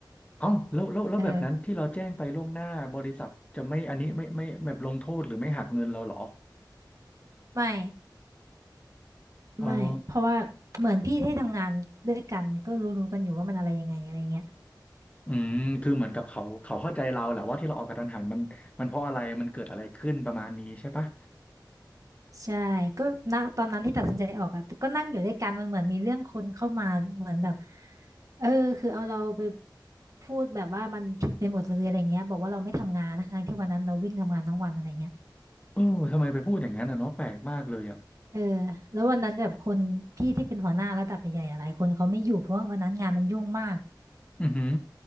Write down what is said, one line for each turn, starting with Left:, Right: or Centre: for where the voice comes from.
Left: เอ้าแล้วแล้วแล้วแบบนั้นที่เราแจ้งไปล่วงหน้าบริษัทจะไม่อันนี้ไม่ไม่แบบลงโทษหรือไม่หักเงินเราเหรอ
Right: เออไม่
Left: อ๋อ
Right: ไม่เพราะว่าเหมือนพี่ที่ทำงานด้วยกันก็รู้ๆกันอยู่ว่ามันอะไรยังไงอะไรเงี้ย
Left: อืมคือเหมือนกับเขาเขาเข้าใจเราแหละว่าที่เราออกกระทันหันมันมันเพราะอะไรมันเกิดอะไรขึ้นประมาณนี้ใช่ปะ
Right: ใช่ก็ณตอนนั้นที่ตัดสินใจออกอ่ะก็นั่งอยู่ด้วยกันมันเหมือนมีเรื่องคนเข้ามาเหมือนแบบเออคือเอาเราไปพูดแบบว่ามันผิดไปหมดเลยอะไรเงี้ยบอกว่าเราไม่ทำงานทั้งๆที่วันนั้นเราวิ่งทำงานทั้งวันอะไรเงี้ย
Left: เออทำไมไปพูดอย่างนั้นอ่ะเนาะแปลกมากเลยอ่ะ
Right: เออแล้ววันนั้นแบบคนพี่ที่เป็นหัวหน้าระดับใหญ่ๆหลายคนเขาไม่อยู่เพราะว่าวันนั้นงานมันยุ่งมาก
Left: อือหือ